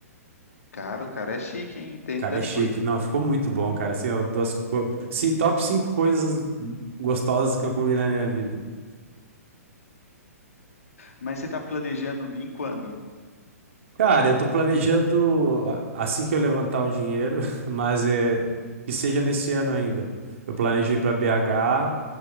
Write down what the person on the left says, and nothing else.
Cara, o cara é chique, hein? Entende
das
coisas.
Mas você tá planejando vir quando?